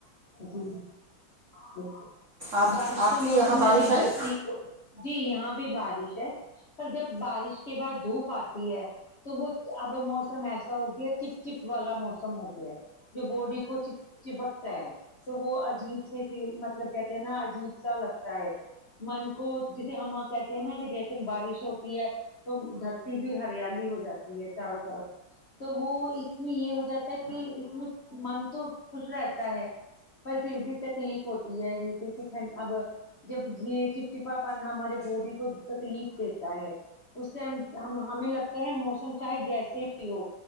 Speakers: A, on the left; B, on the right.
A: جی بالکل
B: آپ
A: بارش
B: آپ
A: کا
B: کے
A: موسم
B: یہاں بارش
A: ہے جی
B: آئی
A: دھرتی کو جی یہاں بھی بارش ہے پر جب بارش کے بعد دھوپ آتی ہے تو وہ اب موسم ایسا ہو گیا چپ چپ والا موسم ہو گیا جو باڈی کو چ چپکتا ہے تو وہ عجیب سے فیل مطلب کہتے ہیں نا عجیب سا لگتا ہے من کو جسے ہم آپ کہتے ہیں نا کہ جیسے بارش ہوتی ہے تو دھرتی بھی ہریالی ہو جاتی ہے چاروں طرف تو وہ اس میں یہ ہو جاتا ہے کہ اس میں من تو خوش رہتا ہے پر پھر بھی تکلیف ہوتی ہے جیسے کہ ٹھنڈ اب جب یہ چپچپا پن ہمارے باڈی کو تکلیف دیتا ہے اس سے ہمیں لگتا ہے موسم چاہے جیسے ہی ہو